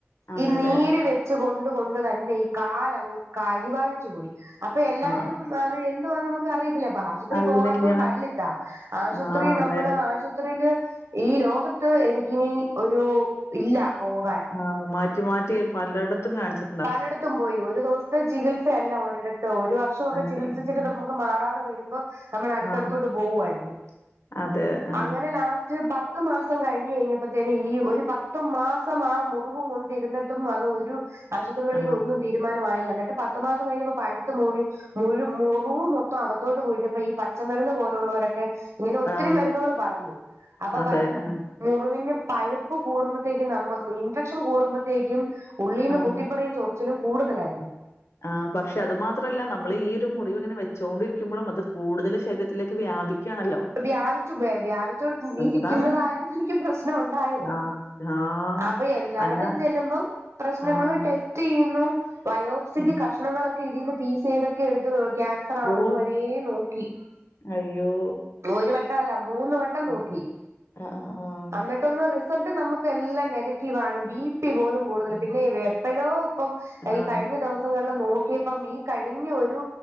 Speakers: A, on the left; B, on the right.
A: അതെല്ലേ
B: ഈ നീര് വെച്ച് കൊണ്ട് കൊണ്ട് തന്നെ ഈ കാലങ്ങ് കരിവാളിച്ചു പോയി അപ്പൊ എല്ലാരും
A: ആ
B: അത് എന്തോവാന്ന് നമുക്ക് അറിയത്തില്ല ബ ആശുപത്രി
A: ആ അറിയണില്ല
B: പോകാത്തോണ്ടല്ലിത്താ, ആശുപത്രി
A: ആ അതെ
B: നമ്മള് ആശുത്രിയില് ഈ ലോക ത്ത് എനിക്കിനി ഒരു ഇല്ല പോകാൻ
A: ആഹ് മാറ്റി മാറ്റി പലയിടത്തും കാണിച്
B: പലയിടത്തും പോയി ഒരു ദിവസത്തെ ചികിത്സയല്ല ഒരിട ത്ത് ഒരു വർഷവൊക്കെ
A: അതെ
B: ചികിത്സിച്ചിട്ട്
A: ഉം.
B: നമുക്ക് മാറാതെ വരുമ്പോ നമ്മൾ അടുത്തടുത്തോട്ട്
A: ആ
B: പോവുായിരുന്നു
A: അതെ ആ
B: അങ്ങനെ ലാ പത്ത് മാസം കഴിഞ്ഞ് കഴിഞ്ഞപ്പത്തേന് ഈ ഒരു പത്ത് മാസം ആ മുറിവും കൊണ്ടിരുന്നിട്ട് ട്ടും അത് ഒരു ആശുപത്രികളിൽ
A: ആ
B: ഒന്നും തീരുമാനമായില്ല എന്നിട്ട് പത്ത് മാസം കഴിഞ്ഞപ്പോ പഴുത്ത് മുറി മുഴു മുറിവ് മൊത്തം അകത്തോട്ട് കുഴിഞ്ഞപ്പോ ഈ പച്ചമരുന്ന് പോലുള്ളവരൊക്കെ ഇങ്ങനെ ഒത്തിരി
A: ആ
B: മരുന്നുകൾ പറഞ്ഞു അപ്പൊ
A: അതെ
B: പറഞ്ഞു
A: ആ
B: മുറിവിന്ന് പഴുപ്പ് കൂടുമ്പോഴത്തേക്കും നമ്മ ഇൻഫെക്ഷൻ കൂടുമ്പഴത്തേക്കും ഉള്ളിൽന്ന്
A: ആ
B: കുത്തി പറിയും ചൊറിച്ചിലും കൂടുതലായിരുന്നു.
A: ആ പക്ഷെ അത് മാത്രമല്ല നമ്മൾ ഈ ഒരു മുറിവ് ഇങ്ങനെ വെച്ചോണ്ടിരിക്കുമ്പോഴും അത് കൂടുതൽ ശരീ രത്തിലേക്ക് വ്യാപിക്കയാണല്ലോ
B: വ്യാപിച്ചു വ്യാ വ്യാപിച്ചോ ഇരിക്കുന്നതായിരുന്നു
A: അതാണ്.
B: എനിക്ക് പ്രശ്നം ഉണ്ടായത്.
A: ആഹ് ആഹ്
B: അപ്പൊ എല്ലായിടത്തും
A: അല്ല
B: ചെല്ലുമ്പം പ്രശ്നങ്ങള്
A: ആഹ്
B: ട്ടെ സ്റ്റ് ചെയുന്നു വയോപ്സിക്ക്
A: ഉം.
B: കഷ്ണങ്ങളൊക്കെ ഇതിന്ന് പീസ് ചെയ്തൊക്കെ എടുത്ത് ക്യാൻ സറാണോന്ന്
A: ഓഹ്!
B: വരേ നോക്കി.
A: അയ്യോ
B: ഒരു വട്ട അല്ല മൂന്ന് വട്ടം നോക്കി
A: ഉം. ആഹ് ആഹ് ആഹ്.
B: അന്നി ട്ടൊന്നും റിസൾട്ട് നമുക്ക് എല്ലാം നെഗറ്റീവാണ് ബി പി പോലും കൂടുതൽ
A: ഉം.
B: പിന്നെ എപ്പഴോ ഇപ്പം
A: ആഹ്
B: ഈ കഴിഞ്ഞ ദിവസങ്ങളിൽ നോ ക്കിയപ്പം ഈ കഴിഞ്ഞ ഒരു